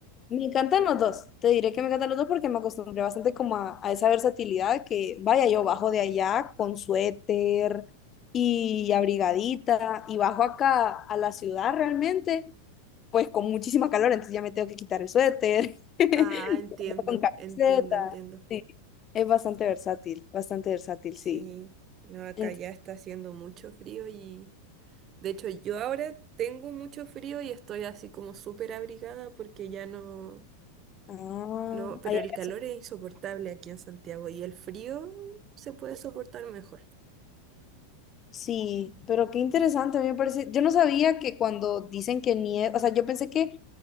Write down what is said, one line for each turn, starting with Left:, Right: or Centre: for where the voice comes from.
Left: Me encantan los dos, te diré que me encantan los dos porque me acostumbré bastante como a, a esa versatilidad que vaya yo bajo de allá con suéter y abrigadita y bajo acá a la ciudad realmente pues con muchísima calor, entonces ya me tengo que quitar el suéter <laughs> y
Right: Ah, entiendo,
Left: andar con camiseta,
Right: entiendo, entiendo.
Left: sí, es bastante versátil, bastante versátil,
Right: Sí,
Left: sí.
Right: no, acá
Left: Ent-
Right: ya está haciendo mucho frío y de hecho yo ahora tengo mucho frío y estoy así como súper abrigada porque ya no,
Left: ah,
Right: no, pero
Left: ahí hay
Right: el calor
Left: razón.
Right: es insoportable aquí en Santiago y el frío se puede soportar mejor.
Left: Sí, pero qué interesante, a mí me parece, yo no sabía que cuando dicen que nieva, o sea, yo pensé que